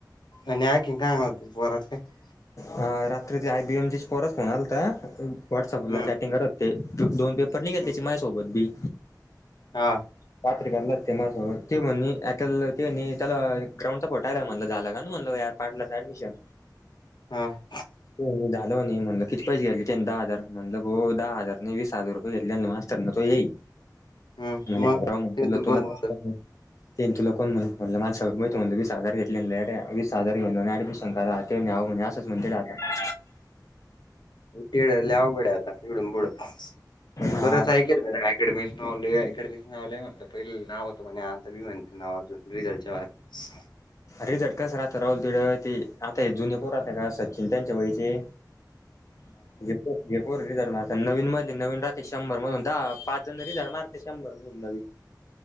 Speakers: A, on the left; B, on the left.
A: आणि आंखी काय होत पोरा <unintelligible>
B: हा रात्री ते आय बी पोराचा फोन आलता व्हॉट्सअपला
A: हम्म
B: चॅटिंग करत. ते दोन पेपर नाही का
A: हम्म.
B: त्याचे माझ्यासोबत बी.
A: हा
B: ते म्हणल त्याला आठवलं का नाही क्रमचा घोटाळा आहे म्हणलं यार पाटलाच ऍडमिशन
A: हां
B: हो-हो झालं म्हणले. म्हणलं म्हणलं किती पैसेे घेतले त्यांनी दहा हजार म्हणलं हो दहा हजार नाही वीस हजार रूप <unintelligible> मास्तर ना तो येई
A: <unintelligible>
B: म्हणे
A: मग
B: राऊंड
A: तिथून कोण
B: तुला
A: म्हणलं?
B: कसलं ते तुला कोण म्हणलं म्हणलं माणसानं वीस हजार घेतलेन येड्या वीस हजार घेऊन अन एडमिशन करा ते म्हणे आवो कोणी असंच म्हणते रे आता.
A: ते लई अवघड आहे आता इथुन पुढ पण
B: हा
A: बरंच ऐक ते अकॅडमीन आलो आता अकॅडमीच नाव होतं पहिलं नाव होतं आता रिझल्ट च्या वेळेला - <unintelligible>
B: रीझल्ट कसा राहतो राहुल तिड ते आता हे जुने पोर राहता का सचिन त्यांच्या वयाचे
A: <unintelligible>
B: <unintelligible> नवीन मधले नवीन राह ते शंभर मधुन दहा पाच जण रिझाईन मारते शंभर मधुन नवीन.